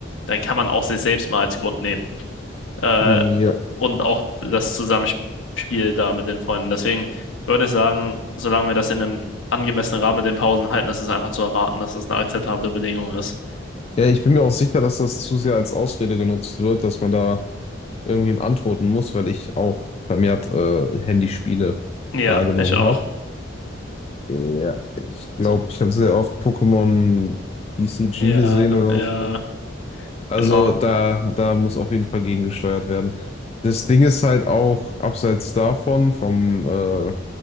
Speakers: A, on the left; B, on the left.
A: Dann kann man auch sich selbst mal als Grund nehmen. Äh,
B: ja.
A: und auch das Zusammenspiel da mit den Freunden. Deswegen würde ich sagen, solange wir das in einem angemessenen Rahmen mit den Pausen halten, ist es einfach zu erwarten, dass das eine akzeptable Bedingung ist.
B: Ja, ich bin mir auch sicher, dass das zu sehr als Ausrede genutzt wird, dass man da irgendwem antworten muss, weil ich auch vermehrt äh, Handyspiele
A: Ja,
B: wahrgenommen
A: ich auch.
B: habe. Ja, ich glaube,
A: So,
B: ich habe sehr oft Pokémon BCG
A: ja,
B: gesehen oder
A: ja,
B: so. Also
A: genau.
B: da, da muss auf jeden Fall gegengesteuert werden. Das Ding ist halt auch, abseits davon, vom äh,